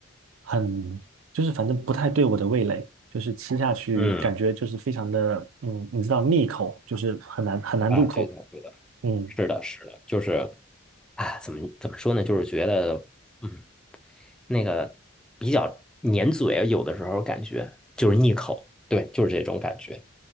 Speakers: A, on the right; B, in the centre.
A: 很，就是反正不太对我的味蕾，就是吃下去感觉就是非常的，
B: 嗯，
A: 嗯，你知道腻口，就是很难很难入口。
B: 啊，对的对的，
A: 嗯，
B: 是的是的，就是啊，怎么怎么说呢，就是觉得。嗯。那个比较粘嘴，有的时候感觉就是腻口，对，就是这种感觉。